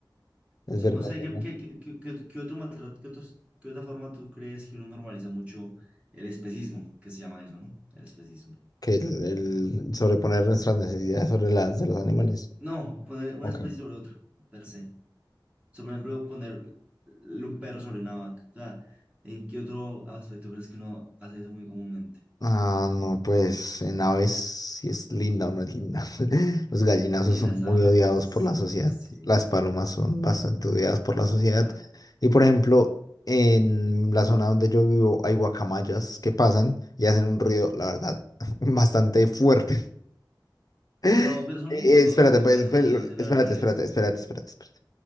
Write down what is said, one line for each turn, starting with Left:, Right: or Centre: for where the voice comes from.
Left: verdad,
Right: Sí, no sé,
Left: es verdad.
Right: ¿qué, qué, qué, qué- qué otro qué otro maltrato, qué otros- qué otra forma tú crees que uno normaliza mucho el especismo, que se llama eso, ¿no? El especismo.
Left: Que el, el sobreponer nuestras necesidades sobre las de los animales.
Right: No, poner una
Left: Ok.
Right: especie sobre otra, per se. O sea, por ejemplo, poner l- un perro sobre una vaca. O sea, ¿en qué otro aspecto crees que uno hace eso muy comúnmente?
Left: Ah, no, pues en aves si es linda o no es linda. <laughs> Los gallinazos
Right: En
Left: son
Right: las
Left: muy
Right: aves,
Left: odiados
Right: sí,
Left: por la sociedad.
Right: sí, sí.
Left: Las palomas son bastante odiadas por
Right: Sí,
Left: la sociedad.
Right: total.
Left: Y por ejemplo, en la zona donde yo vivo hay guacamayas que pasan y hacen un ruido, la verdad, <laughs> bastante fuerte. <laughs> Eh,
Right: Pero, pero son lindos,
Left: Espérate,
Right: digo,
Left: pues,
Right: esos
Left: pues,
Right: sonidos en
Left: espérate,
Right: la naturaleza.
Left: espérate, espérate, espérate. espérate.